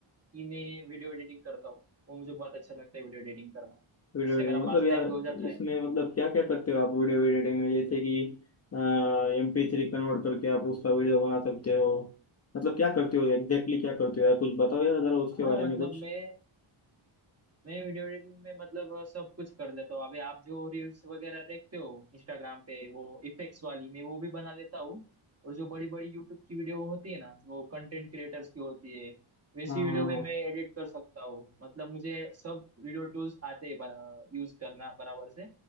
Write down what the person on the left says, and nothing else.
वीडियो
एडिटिंग
मतलब
यार
उसमें
मतलब क्या क्या करते हो आप वीडियो एडिटिंग में जैसे कि एम पी थ्री कन्वर्ट करके आप उसका वीडियो बना सकते हो मतलब क्या करते हो एग्जैक्टली क्या करते हो यार कुछ बताओ यार जरा उसके
बारे
में कुछ
हाँ
हाँ
हाँ